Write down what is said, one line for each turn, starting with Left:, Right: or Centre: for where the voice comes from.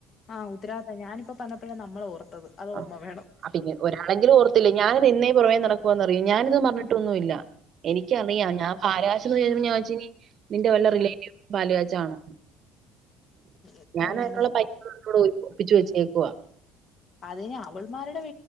Left: ആഹ് ഉത്തരാവാദിത്തം ഞാനിപ്പ പറഞ്ഞപ്പോഴ നമ്മള് ഓർത്തത് അത് ഓർമ്മ
Right: ആഹ്
Left: വേണം
Right: പിന്നെ ഒരാളെങ്കിലും ഓർത്തില്ലേ ഞാനിത് എന്നെ പുറമേ നടക്കുവാന്ന് അറിയൊ ഞാനിത് മറന്നിട്ടൊന്നും ഇല്ല എനിക്കറിയാം ഞാൻ പാല്കാച്ച് <unintelligible> ഞാൻ വിചാരിച്ച് ഇനി നിന്റെ വല്ല റിലേറ്റീവ് പാല് കാച്ചാണോ
Left: എന്തായാലും
Right: ഞാൻ അതിനുള്ള പൈസക്കൂടെ ഒപ്പിച്ച് വെച്ചേക്കുവ
Left: അതിന് അവൾമാരുടെ